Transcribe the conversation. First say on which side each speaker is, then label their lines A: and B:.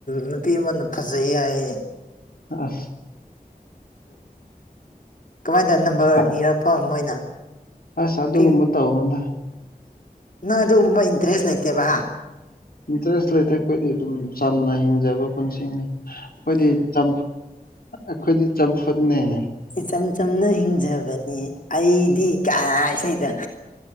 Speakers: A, on the left; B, on the left.
A: ꯅꯨꯄꯤ ꯑꯃꯅ ꯐꯖꯩ ꯍꯥꯏꯌ‌ꯦ
B: ꯑ
A: ꯀꯃꯥꯏꯅ ꯇꯧ ꯅꯝꯕꯔ
B: ꯐ-
A: ꯅꯤꯔꯛꯄ ꯃꯣꯏꯅ
B: ꯑꯁ ꯑꯗꯨꯒꯨꯝꯕ
A: ꯄꯤ
B: ꯇꯧꯅꯨꯗ
A: ꯅꯪ ꯑꯗꯨꯒꯨꯝꯕ ꯏꯟꯇꯔꯦꯁ ꯂꯩꯇꯦꯕ
B: ꯏꯟꯇꯔꯦꯁ ꯂꯩꯇ꯭ꯔ‌ꯦ ꯑꯩꯈꯣꯏꯗꯤ ꯑꯗꯨꯝ ꯆꯝꯅ ꯍꯤꯡꯖꯕ ꯄꯨꯟꯁꯤꯅꯤ ꯑꯩꯈꯣꯏꯗꯤ ꯆꯝꯐꯨꯠ ꯑꯩꯈꯣꯏꯗꯤ ꯆꯝꯐꯨꯠꯅ‌ꯦ
A: ꯏꯆꯝ ꯆꯝꯅ ꯍꯤꯡꯖꯕꯅꯤ ꯑꯩꯗꯤ ꯀꯥꯅꯥ ꯏꯁꯩꯗ‌ꯣ